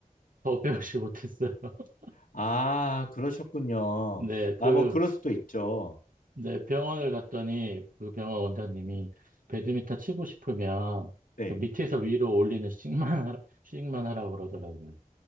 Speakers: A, on the right (about 75°); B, on the left (about 75°).
A: 더 배우지 못했어요. <laughs>
B: 아, 그러셨군요.
A: 네,
B: 아,
A: 그,
B: 뭐, 그럴 수도 있죠.
A: 네, 병원을 갔더니 그 병원 원장님이 배드민턴 치고 싶으면
B: 네.
A: 그 밑에서 위로 올리는 스윙만 하라, 스윙만 하라고 그러더라고요.